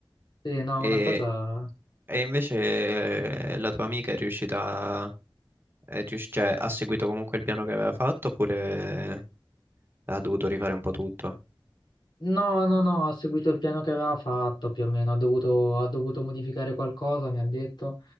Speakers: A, on the left; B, on the right.
A: sì, no,
B: E,
A: una cosa...
B: e invece eh, la tua amica è riuscita... È rius- cioè, ha seguito comunque il piano che aveva fatto oppure ha dovuto rifare un po' tutto?
A: No, no, no, ha seguito il piano che aveva fatto più o meno, ha dovuto, ha dovuto modificare qualcosa, mi ha detto.